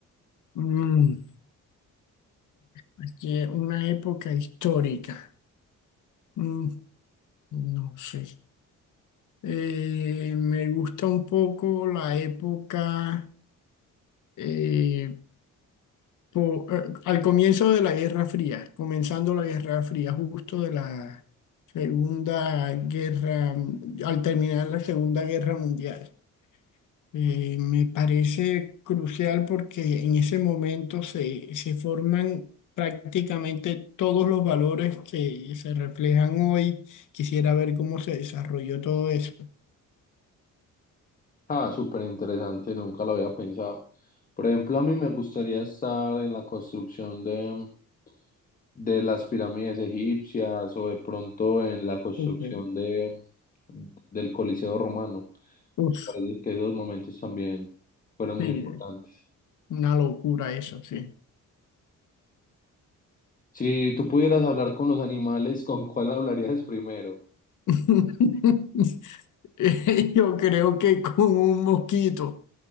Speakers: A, on the left; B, on the left.
A: Mm, aquí es una época histórica. Mm, no sé. Eh, me gusta un poco la época eh, po- eh, al comienzo de la Guerra Fría, comenzando la Guerra Fría, justo de la Segunda Guerra, al terminar la Segunda Guerra Mundial. Eh, me parece crucial porque en ese momento se, se forman prácticamente todos los valores que se reflejan hoy. Quisiera ver cómo se desarrolló todo eso.
B: Ah, súper interesante, nunca lo había pensado. Por ejemplo, a mí me gustaría estar en la construcción de, de las pirámides egipcias o de pronto en la construcción
A: Ok.
B: de, del Coliseo romano.
A: Uf,
B: Parece que esos momentos también fueron muy
A: sí,
B: importantes.
A: Una locura eso, sí.
B: Si tú pudieras hablar con los animales, ¿con cuál hablarías primero?
A: <laughs> Eh, Yo creo que con un mosquito,